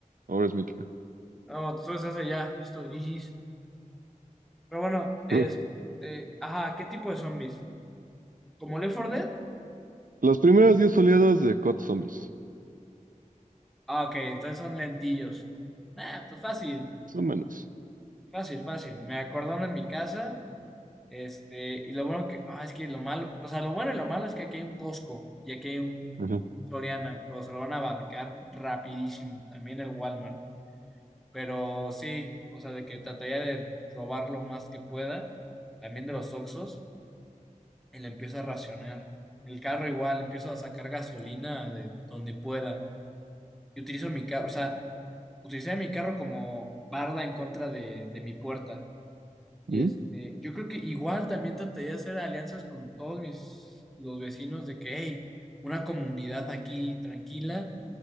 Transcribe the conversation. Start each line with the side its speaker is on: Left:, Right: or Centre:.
Right: ahora es Mítica.
Centre: No, te subes a ese ya, listo, GG's. Pero bueno, este,
Right: <laughs>
Centre: ajá, ¿qué tipo de zombies? ¿Como Left 4 Dead?
Right: Las primeras 10 oleadas de Cod Zombies.
Centre: Ah, ok, entonces son lentillos. Nah, pues fácil,
Right: Más o menos.
Centre: fácil, fácil. Me acordaron en mi casa, este, y lo bueno que, ah, es que lo malo, o sea, lo bueno y lo malo es que aquí hay un Costco y aquí hay un
Right: Ajá.
Centre: Soriana, pero se lo van a abarcar rapidísimo, también el Walmart. Pero sí, o sea, de que trataría de robar lo más que pueda, también de los Oxxos. él empieza a racionar. El carro igual, empiezo a sacar gasolina de donde pueda. Y utilizo mi carro, o sea, utilicé mi carro como barda en contra de, de mi puerta. Y
Right: Ujú,
Centre: este, yo creo que igual también trataría de hacer alianzas con todos mis, los vecinos de que, hey, una comunidad aquí tranquila